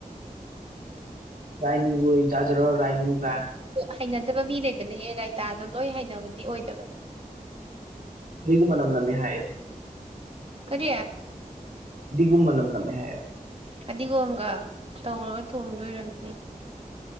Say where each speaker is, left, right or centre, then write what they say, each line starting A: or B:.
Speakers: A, on the right; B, on the right.
A: ꯔꯥꯏꯅꯨꯒ ꯑꯣꯏꯅ ꯌꯥꯥꯖꯤꯔ ꯔꯥꯏꯅꯨꯒ
B: ꯍꯩꯅꯗꯕ ꯃꯤ ꯂꯩꯕꯅꯦꯍꯦ ꯔꯥꯏꯇꯥꯗꯣ ꯂꯣꯏ ꯍꯩꯅꯕꯗꯤ ꯑꯣꯏꯗꯕꯅꯦ
A: ꯁꯤꯒꯨꯝ ꯃꯅꯝ ꯅꯝꯃꯦ ꯍꯥꯏꯌꯦ
B: ꯀꯔꯤ
A: ꯑꯗꯨꯒꯗꯤꯒꯨꯝꯕ ꯅꯝ ꯅꯝꯃꯦ ꯍꯥꯌꯦꯕ
B: ꯐꯗꯤꯒꯣꯝꯒ ꯇꯧꯔꯒ ꯇꯣꯡꯗꯣꯏ ꯑꯣꯏꯔꯝꯅꯤ